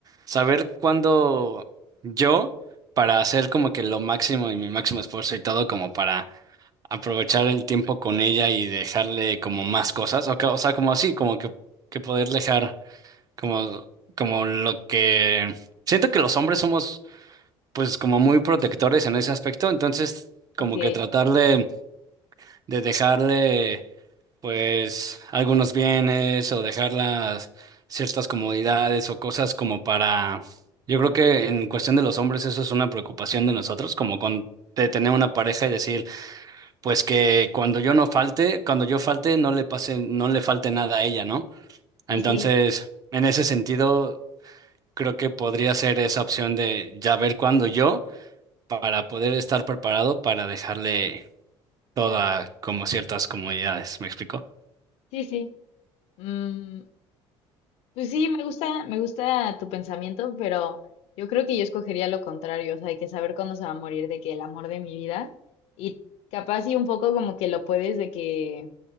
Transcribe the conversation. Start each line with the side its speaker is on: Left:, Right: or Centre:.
Right: saber cuándo yo, para hacer como que lo máximo y mi máximo esfuerzo y todo, como para aprovechar el tiempo con ella y dejarle como más cosas, o, que- o sea, como así, como que, que poder dejar como, como lo que... Siento que los hombres somos pues como muy protectores en ese aspecto, entonces como
Left: Ok.
Right: que tratarle de dejarle pues algunos bienes o dejarlas ciertas comodidades o cosas como para... Yo creo que en cuestión de los hombres eso es una preocupación de nosotros, como con de tener una pareja y decir, pues que cuando yo no falte, cuando yo falte no le pase, no le falte nada a ella, ¿no? Entonces,
Left: Sí, sí.
Right: en ese sentido, creo que podría ser esa opción de ya ver cuándo yo para poder estar preparado para dejarle toda como ciertas comodidades, ¿me explico?
Left: Sí, sí. Mm, pues sí, me gusta, me gusta tu pensamiento, pero yo creo que yo escogería lo contrario, o sea, hay que saber cuándo se va a morir de que el amor de mi vida y capaz y un poco como que lo puedes de que